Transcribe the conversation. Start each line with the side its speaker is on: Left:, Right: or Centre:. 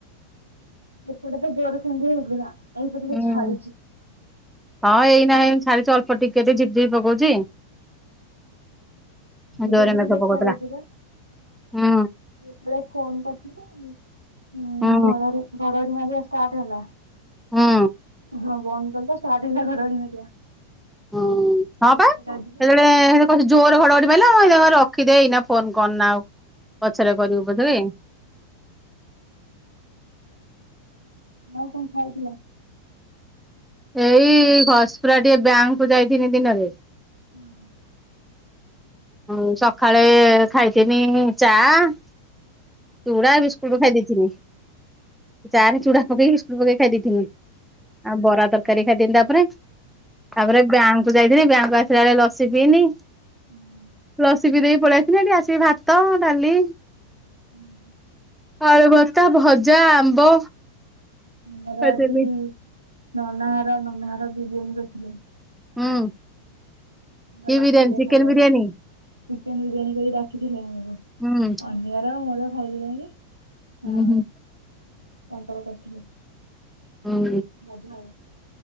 Right: ଏପଟେ ତ ଜୋରେ ସେମିତି ହେଇଥିଲା ଏଇ ତ ଟିକେ
Centre: ହୁଁ
Right: ଛାଡିଛି।
Centre: ହଁ ଏଇନା ଏଇ ଛାଡିଚି ଅଳ୍ପ ଟିକେ ଝିପି ଝିପି ପକଉଚି।
Right: ଏବେ
Centre: ଜୋରେ
Right: ବି ଟିକେ
Centre: ମେଘ ପକଉଥିଲା
Right: ଛାଡିଚି ପା ସେତେ
Centre: ହୁଁ
Right: ବେଳେ ଫୋନ୍ କରିଥିଲେ। ହଁ
Centre: ହୁଁ
Right: ଘଡଘଡ଼ି ଘଡଘଡି ମାରିବା ଷ୍ଟାର୍ଟ ହେଲା।
Centre: ହୁଁ
Right: ହଁ ବନ୍ଦ କରଲ। ଷ୍ଟାର୍ଟ ହେଲା ଘଡ ଘଡି ମାରିବା।
Centre: ହୁଁ ହଁ ପା
Right: ମତେ
Centre: ସେତେବେଳେ
Right: ଲାଗିଲା ଆଉ।
Centre: ହେ କସିକି ଜୋର ଘଡ ଘଡି ମାଇଲା କହିଲା ରଖିଦେ ଏଇନା ଫୋନ କରନା ଆଉ ପଛରେ କରିବୁ କେତେ ବେଳେ?
Right: ଆଉ କଣ ଖାଇଥିଲ?
Centre: ଏଇ ଘଷିପୁରା ଟିକେ ବ୍ୟାଙ୍କ କୁ ଯାଇଥିନି ଦିନରେ।
Right: ହଁ।
Centre: ହ ସକାଳେ ଖାଇଥିନି ଚା- ଚୁଡା ବିସ୍କୁଟ ଖାଇଦେଇଥିନି ଚା ରେ ଚୁଡ଼ା ପକେଇ ବିସ୍କୁଟ ପକେଇକି ଖାଇ ଦେଇଥିନି। ଆଉ ବରା ତ ତରକାରୀ ଖାଇଥିଲି ତିନିଟା ପରେ ତାପରେ ବ୍ୟାଙ୍କକୁ ଯାଇଥିଲି ବ୍ୟାଙ୍କକୁ ରୁ ଆସିଲା ପରେ ଲସି ପିଇନୀ।
Right: ହଁ।
Centre: ଲସି ପିଇଦେଇକି ପଳେଇ ଆସିଥିଲି ଏଠି ଆସିକି ଭାତ ଡ଼ାଲି
Right: ହୁଁ।
Centre: ଆଳୁ ଭର୍ତା ଭଜା ଆମ୍ବ
Right: ଆମର
Centre: ଖାଇଥିଲି
Right: ଆଜି ନନାହର ନନାହର ବିରିୟାନି କରିଥଲେ।
Centre: ହୁଁ।
Right: ହଁ
Centre: କି
Right: ଡାକିଲେ
Centre: ବିରିୟାନୀ ଚିକେନ
Right: ଖାଇଆକୁ।
Centre: ବିରିୟାନୀ
Right: ଚିକେନ ବିରିୟାନୀ କରି ଡାକିଥିଲେ ଆମକୁ।
Centre: ହୁଁ
Right: <unintelligible> ଏରା ମୋର ଖାଇଲି ଯାଇକି
Centre: ହୁଁ
Right: ହଁ ତାଙ୍କର କରିଥିଲେ।
Centre: ହୁଁ
Right: ଗାଧୁଆବେଳେ